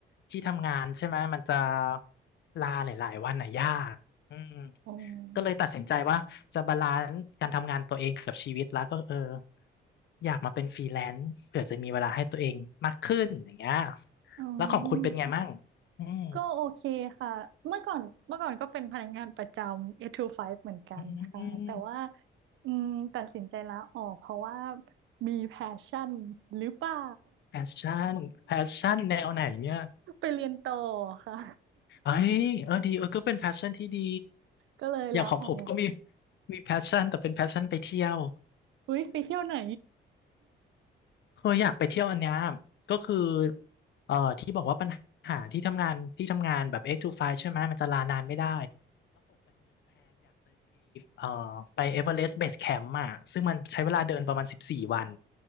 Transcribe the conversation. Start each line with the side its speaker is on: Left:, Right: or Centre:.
Left: ที่ทำงานใช่ไหมมันจะลาหลายๆวันอ่ะยากอืม
Right: อืม
Left: ก็เลยตัดสินใจว่าจะบาลานซ์การทำงานตัวเองกับชีวิตแล้วก็เอออยากมาเป็นฟรีแลนซ์เผื่อจะมีเวลาให้ตัวเองมากขึ้นอย่างเงี้ย
Right: อื
Left: แล้วของคุณเป็นไงมั่ง
Right: ม
Left: อืม
Right: ก็โอเคค่ะเมื่อก่อนเมื่อก่อนก็เป็นพนักงานประจำ8 to 5เหมือนกันค่ะแต่ว่า
Left: อืม
Right: อืมตัดสินใจลาออกเพราะว่ามีแพชชั่นหรือเปล่า
Left: แพชชั่นแพชชั่นแนวไหนเนี่ย
Right: <laughs> ไปเรียนต่อค่ะ
Left: เอ้ยเออดีเออก็เป็นแพชชั่นที่ดี
Right: ก็เลยลาออก
Left: อย่างของผมก็มีมีแพชชั่นแต่เป็นแพชชั่นไปเที่ยว
Right: อุ๊ยไปเที่ยวไหน
Left: เคยอยากไปเที่ยวอันเนี้ยก็คือเอ่อที่บอกว่าปัญหาที่ทำงานที่ทำงานแบบ8 to 5ใช่ไหม มันจะลานานไม่ได้ เอ่อไปเอเวอเรสต์เบสแคมป์อ่ะซึ่งมันใช้เวลาเดินประมาณสิบสี่วัน